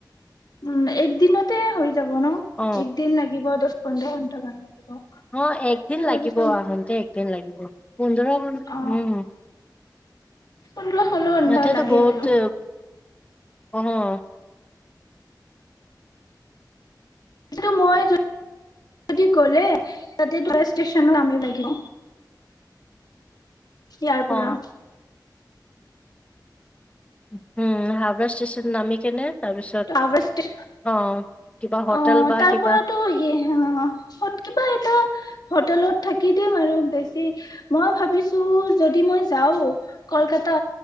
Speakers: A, on the left (about 60°); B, on the left (about 15°).
A: উ'ম একদিনতে হৈ। যাব ন
B: অ
A: এক দিন লাগিব দচ পোন্ধৰ। লাগিব।
B: অ একদিন
A: তে ভাবিছো
B: লাগিব আহোতে একদিন লাগিব। অ',। পোন্ধৰ ষোল্ল
A: অ
B: হ'ম
A: পোন্ধৰ ষোল্ল ঘন্টা
B: ইয়াতেটো
A: লাগে
B: বহুতে।
A: আৰু
B: অ',।
A: এইটো মই যদি গ'লে তাতে তো ষ্টেচনত নামিব লাগিব। ইয়াৰ
B: অ
A: পৰা।
B: উ'ম। হাওৰা ষ্টেচন নামি কেনে। তাৰপিছত
A: তাৱে ইচতেচন
B: অ কিবা হোটেল
A: অ',
B: বা
A: তাৰ
B: কিবা
A: পৰাতো কিবা হত কিবা এটা। হোটেলত থাকি দিম আৰু বেছি মই ভাবিছোঁ। যদি মই যাওঁ কলকাতা